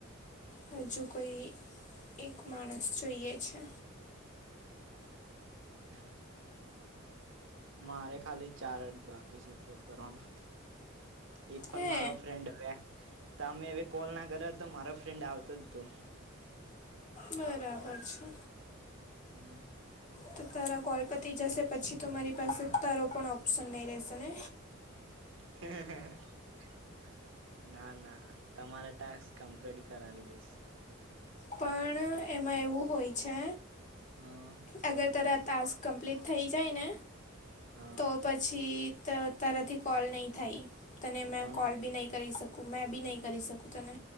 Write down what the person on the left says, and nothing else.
હજુ કોઈ એક માણસ જોઈએ છે.
હે
બરાબર છે.
<unintelligible> તારા કોલ પતી જશે પછી તો મારી પાસે તારો પણ ઓપ્શન નહી રેશે ને
પણ એમાં એવું હોય છે.
અગર તારા ટાસ્ક કમ્પ્લીટ થઈ જાય ને
તો પછી તો તારાથી કોલ નહીં થાય તને મેં
કોલ બી નહીં કરી શ કુ મે બી નહી કરી શકુ તને